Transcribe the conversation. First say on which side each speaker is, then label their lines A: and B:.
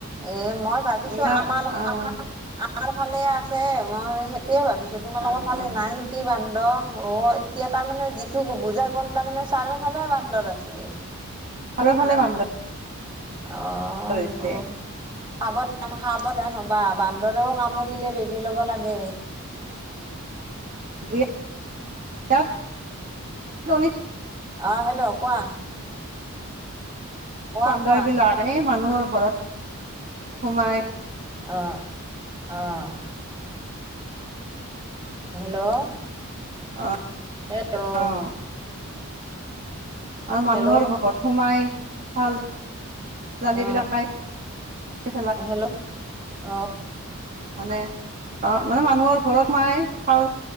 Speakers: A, on the right; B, on the right.
A: এ মই ভাবিছো
B: এইবিলাক
A: আমাৰ
B: আহ
A: আমাৰ আমাৰ ফালে আছে মই তোৱে ভাবিছো তোমোকৰ
B: অ অ
A: ফালে নাই নেকি কি বান্দৰ অ এতিয়া তাৰমানে যিটো বুজা গ'ল তাৰমানানে চাৰিওফালে বান্দৰ আছে।
B: চাৰিও ফালে বান্দৰ
A: অ',
B: কৰিছে
A: সাৱধান সাৱধান হ'বা বান্দৰেও কামুৰিলে বেজি লব লাগে।
B: <unintelligible> ইয়াত <unintelligible>
A: আ, হেল্ল' কোৱা। কোৱা
B: বান্দৰ
A: কোৱা
B: বিলাক এই মানুহৰ ঘৰত সোমাই
A: অ', অ', হেল্ল'
B: অ',
A: হেল্ল'
B: অ', আৰু মানুহৰ
A: হেল্ল'
B: ঘৰত সোমাই ফল ছোৱালী
A: অ
B: বিলাক <unintelligible>
A: হেল্ল' অ
B: মানে অ', মানে মানুহৰ ঘৰত সোমাই <unintelligible>